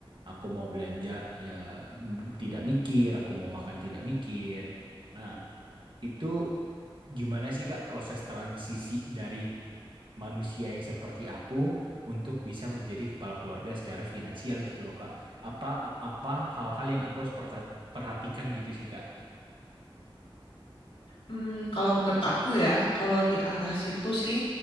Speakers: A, on the right (about 60°); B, on the left (about 90°).
A: Aku mau belanja ya mm, tidak mikir, aku mau makan tidak mikir. Nah, itu gimana sih Kak proses transisi dari manusia yang seperti aku untuk bisa menjadi kepala keluarga secara finansial gitu loh Kak. Apa apa hal-hal yang aku harus perta- perhatikan gitu sih Kak.
B: Hmm, kalau menurut aku ya, kalau di arah situ sih,